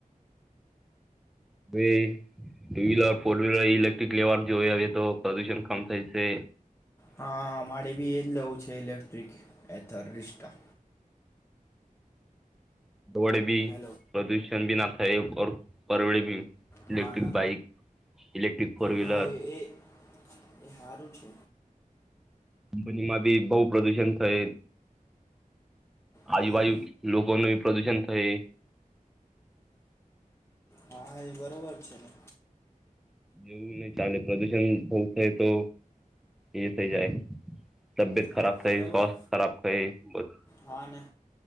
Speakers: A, in the centre; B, on the left.
A: ભાઈ two wheeler four wheeler electric લેવાલ જોઈ હ તો પ્રદુષણ કમ થાયશે
B: હા મારે ભી એજ લવું છે. લેક્ટ્રિક એઍથર ડિસ્ટા
A: દોડ ભી
B: હેલો
A: પ્રદૂષણ ભી ના થાય. પરવેળ બી
B: હા
A: ઇલેક્ટ્રિક
B: ના
A: બાઇક. ઇલેક્ટ્રિક ફોર
B: હા
A: વ્હીલર
B: એ એ એ સારું છે
A: કંપનીમાં બી બહુ પ્રદુષણ થય આજુબાજુ
B: હમ
A: લોકોનું પ્રદૂષણ થાય
B: હા એ બરોબર છે ને
A: એવું નહી ચાલે પ્રદુષણ બહુ થાય તો એ થઇ જાય. તબિયત
B: હા
A: ખરાબ થઈ
B: બરાબર
A: સ્વાસ્થ ખરાબ થઈ બધ
B: હા ને